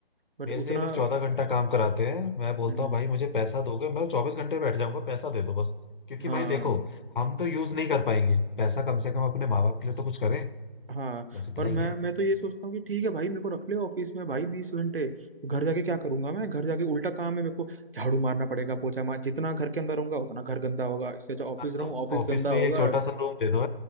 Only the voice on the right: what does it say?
बट
उतना
हम्म
हाँ
हाँ
और मैं
मैं तो ये सोचता हूँ कि ठीक है भाई मेरे को रख ले ऑफिस में भाई बीस घंटे घर जाके क्या करूंगा मैं घर जाके उल्टा काम है मेरे को झाड़ू मारना पड़ेगा पोछा मार जितना घर के अंदर रहूंगा उतना घर गंदा होगा इससे अच्छा ऑफिस
रहूँ
ऑफिस
गंदा
होगा